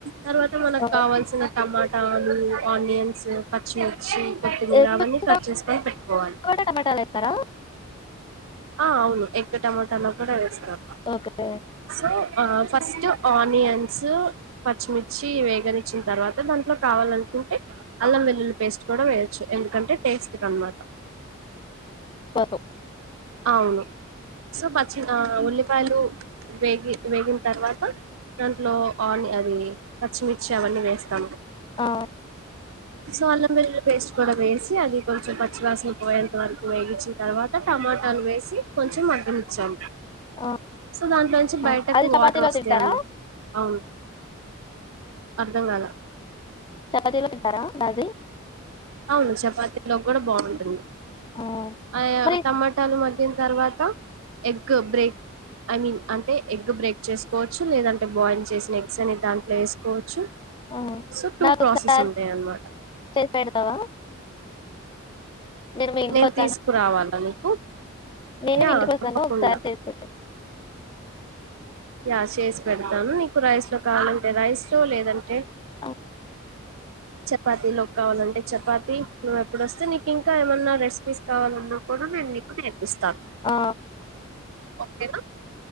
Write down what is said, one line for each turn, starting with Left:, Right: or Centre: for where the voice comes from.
Right: తర్వాత మనక్
Left: ఆ
Right: కావాల్సిన టమాటాలు, ఆనియన్స్, పచ్చిమిర్చి కొత్తిమీరా
Left: ఎగ్గుచ్చినా
Right: అవ్వని కట్ చేస్కొని పెట్టుకోవాలి.
Left: కూడా టమాటాలు వేస్తారా
Right: ఆ అవును ఎగ్ టమటాలో కూడా వేస్తాం.
Left: ఓకే
Right: అ ఆ ఫస్ట్ ఆనియన్స్, పచ్చిమిర్చి వేగనిచ్చిన తర్వాత దాంట్లో కావల్ అన్కుంటే అల్లం వెల్లుల్లి పేస్ట్ కూడా వేయొచ్చు. ఎందుకంటే టేస్ట్ కన్బాట
Left: బను
Right: అవును సో పచ్చిన ఉల్లిపాయలు వేగి వేగిన్తర్వాత దాంట్లో ఆని అది పచ్చిమిర్చి అవన్నీ వేస్ <inaudible>
Left: ఆ
Right: సో అల్లం, వెల్లుల్లి పేస్ట్ కూడా వేసి అది కొంచెం పచ్చివాసన పోయేంత వరకు వేగిచ్చి తర్వాత టమాటాలు వేసి కొంచెం మగ్గనిచ్చాము.
Left: ఆ
Right: సో దాంట్లో నుంచి
Left: ఆ.
Right: బయటకు
Left: అది చపాతీలో
Right: వాటర్ వస్తాయన్మట
Left: తింటారా
Right: అవును అర్ధం కాల
Left: చపాతిలు తింటారా రాత్రి?
Right: అవును చపాతీలో కూడా బావుంటుంది
Left: ఆ
Right: ఆయో
Left: మరి
Right: టమాటాలు మరి దీని తర్వాత ఎగ్ బ్రేక్ ఐ మీన్ అంటే ఎగ్ బ్రేక్ చేసుకోచ్చు. లేదంటే బాయిల్ చేసిన ఎగ్స్ అన్ని దాంట్లో వేసుకోవచ్చు.
Left: ఆ
Right: సో టూ
Left: నాకు
Right: ప్రొసెస్
Left: ఒకసారి
Right: ఉంటాయన్మాట.
Left: చేసి పెడతావా మీ ఇంటికి
Right: నేను
Left: వస్తాను
Right: తీసుకురావాలా నీకు
Left: నేను
Right: యా
Left: మీ ఇంటికి వస్తాను
Right: తప్పకుండా
Left: ఒకసారి చేసి పెట్టు
Right: యా చేసి పెడతాను. నీకు రైస్ లో కావాలంటే రైస్ లో లేదంటే
Left: అ
Right: చపాతిలోకి కావాలంటే చపాతి నువ్వు ఎప్పుడు వస్తే నీకు ఇంకా ఏమైన్నా రెస్పీస్ కావాలన్నాప్పుడు నేను మీకు నేర్పిస్తాను
Left: ఆ,
Right: ఓకేనా